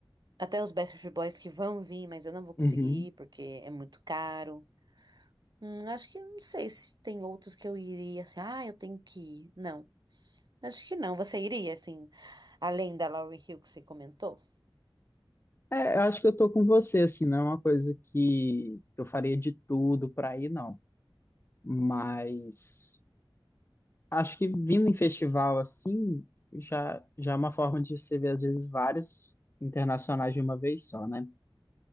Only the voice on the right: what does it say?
Até os Backstreet Boys que vão vir, mas eu não vou conseguir
ir porque é muito caro. Hum, acho que não sei se tem outros que eu iria assim. Ah, eu tenho que ir. Não. Acho que não. Você iria, assim, além da Lauryn Hill que você comentou?